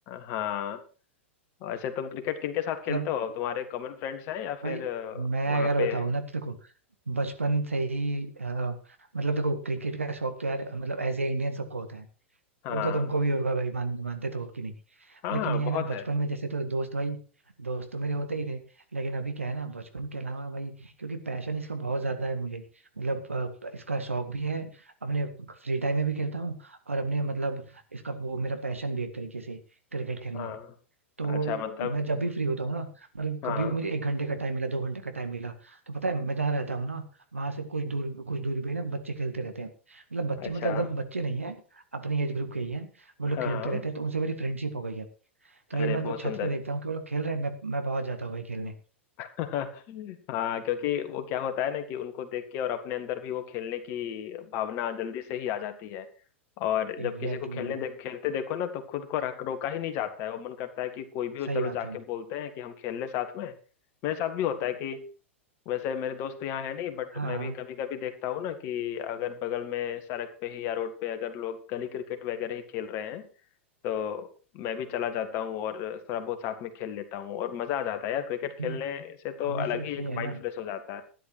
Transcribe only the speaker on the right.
मतलब
भाई
मैं
अगर
बताऊँ ना तो देखो बचपन से ही अ, मतलब देखो क्रिकेट का शौक तो यार मतलब एज ए इंडियन सबको होता है
वो तो तुमको भी होगा भाई मान मानते तो हो कि नहीं
लेकिन
ये
है ना
बचपन में जैसे तो दोस्त भाई दोस्त तो मेरे होते ही थे लेकिन अभी क्या है ना बचपन के अलावा भाई क्योंकि पैशन इसका बहुत ज्यादा है मुझे मतलब अ, इसका शौक भी है अपने फ्री टाइम में भी खेलता हूँ और अपने मतलब इसका वो मेरा पैशन भी है एक तरीके से क्रिकेट खेलना
तो
मैं जब भी फ्री होता हूँ ना मतलब
कभी भी मुझे एक घंटे का टाइम मिला दो घंटे का टाइम मिला तो पता है मैं जहाँ रहता हूँ ना वहां से कुछ दूर कुछ दूरी पे ना बच्चे खेलते रहते हैं मतलब बच्चे
मतलब एकदम बच्चे नहीं है अपने एज ग्रुप के ही है वो लोग
खेलते
रहते हैं तो उनसे मेरी फ्रेंडशिप हो गई है तो
ये मैं तो
छत
पे देखता हूँ कि वो लोग खेल रहे हैं मैं मैं पहुंच जाता हूँ भाई खेलने
Exactly
exactly.
सही
बात
है
हाँ
नहीं
वैसे
ये है
ना